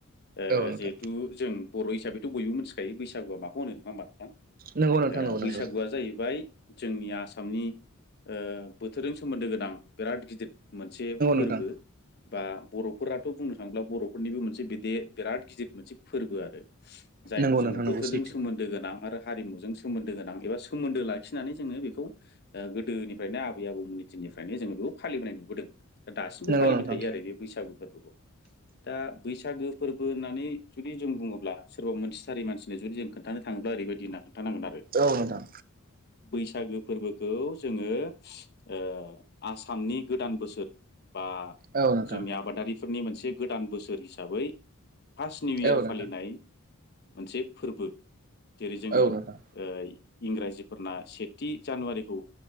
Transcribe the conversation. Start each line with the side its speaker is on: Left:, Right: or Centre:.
Left: ओ
Right: औ नोंथां
Left: जिहेथु जों बर' हिसाबैथ' बयबो मिथिखायो बैसागुआ माखौ होनो नङा मा नोंथां
Right: नंगौ नोंथां
Left: ओ
Right: नंगौ
Left: बैसागुआ
Right: नंगौ
Left: जाहैबाय जोंनि आसामनि ओ बोथोरजों सोमोन्दो गोनां बिराद गिदिर मोनसे फोरबो
Right: नंगौ नोंथां
Left: बा बर'फोराथ' बुंनो थाङोब्ला बर'फोरनिबो मोनसे बेदे बिराद गिदिर मोनसे फोरबो आरो। जायखौ
Right: नंगौ
Left: जोङो
Right: नोंथां नंगौ
Left: बोथोरजों
Right: सैथो
Left: सोमोन्दो गोनां आरो हारिमुजों सोमोन्दो गोनां एबा सोमोन्दो लाखिनानै जोङो बेखौ गोदोनिफ्रायनो आबै आबौमोननि दिन निफ्रायनो जो बेखौ फालिबोनाय नुबोदों दासिमबो
Right: नंगौ
Left: फालिबाय
Right: नोंथां
Left: थायो आरो बे बैसागु फोरबोखौ। दा बैसागो फोरबो होननानै जुदि जों बुङोब्ला सोरबा मोनथिथारि मानसिनो जुदि जों खोन्थानो थाङोब्ला ओरैबायदि होनना खोन्थानांगोन आरो
Right: औ नोंथां
Left: बैसागो फोरबोखौ जोङो ओ आसामनि गोदान बोसोर। बा
Right: औ नोंथां
Left: जोंनि आबादारिफोरनि मोनसे गोदान बोसोर हिसाबै फार्स्ट निउ इयार
Right: औ नोंथां
Left: फालिनाय मोनसे फोरबो जेरै जोङो
Right: औ नोंथां
Left: ओ इंराजिफोरना सेथि जानुवारिखौ